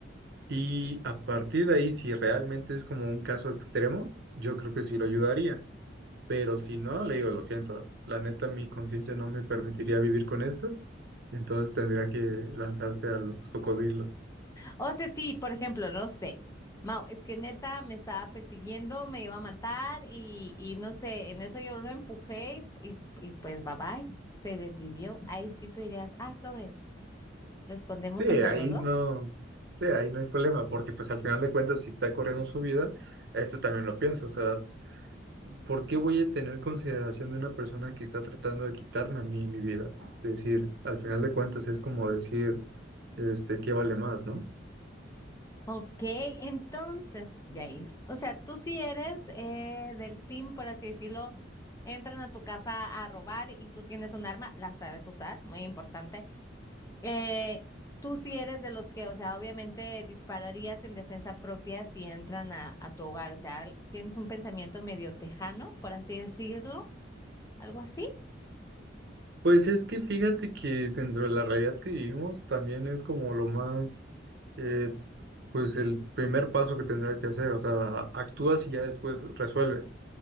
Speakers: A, on the right; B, on the left.
A: y a partir de ahí, si realmente es como un caso extremo, yo creo que sí lo ayudaría. Pero si no, le digo, lo siento, la neta, mi conciencia no me permitiría vivir con esto, entonces tendría que lanzarte a los cocodrilos.
B: O sea, sí, por ejemplo, no sé. Mau, es que neta me estaba persiguiendo, me iba a matar y, y no sé, en eso yo lo empujé y, y pues bye bye, se desvivió. Ahí sí tú dirías, ah, sobres, lo escondemos
A: Sí,
B: entre
A: ahí
B: los dos.
A: no, sí, ahí no hay problema, porque pues al final de cuentas, si está corriendo su vida, esto también lo pienso, o sea, ¿por qué voy a tener consideración de una persona que está tratando de quitarme a mí mi vida? Es decir, al final de cuentas es como decir, este, ¿qué vale más, no?
B: Ok, entonces, de ahí, o sea, tú sí eres eh, del team, por así decirlo, entran a tu casa a robar y tú tienes un arma, la sabes usar, muy importante. Eh, tú sí eres de los que, o sea, obviamente dispararías en defensa propia si entran a, a tu hogar, o sea, al- tienes un pensamiento medio tejano, por así decirlo, algo así.
A: Pues es que fíjate que dentro de la realidad que vivimos también es como lo más, eh, pues el primer paso que tendrás que hacer, o sea, actúas y ya después resuelves,